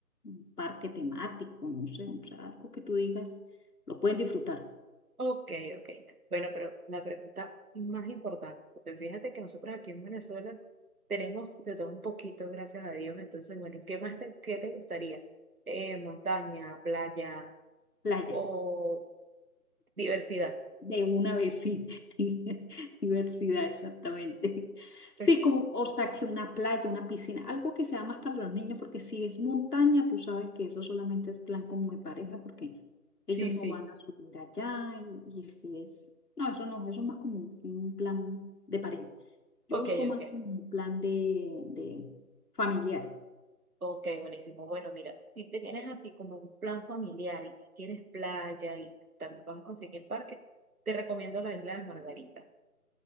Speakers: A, on the left (about 80°); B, on the right (about 65°).
A: un parque temático, no sé, o sea, algo que tú digas, lo pueden disfrutar,
B: Ok, ok. Bueno, pero la pregunta más importante, porque fíjate que nosotros aquí en Venezuela tenemos de todo un poquito, gracias a Dios. Entonces, bueno, ¿qué más te, qué te gustaría? Eh, montaña, playa
A: playa,
B: o diversidad.
A: de una vez, sí, <laughs> sí, diversidad, exactamente. Sí,
B: Ok.
A: como, o sea, que una playa, una piscina, algo que sea más para los niños, porque si es montaña, tú sabes que eso solamente es plan como de pareja, porque ellos
B: Sí, sí.
A: no van a subir allá, y, y si es, no, eso no, eso es más como un, un plan de pareja. Yo
B: Ok,
A: busco más
B: ok.
A: como un plan de, de familiar.
B: Ok, buenísimo. Bueno, mira, si te vienes así como un plan familiar y que quieres playa y también vas a conseguir parque, te recomiendo la isla de Margarita.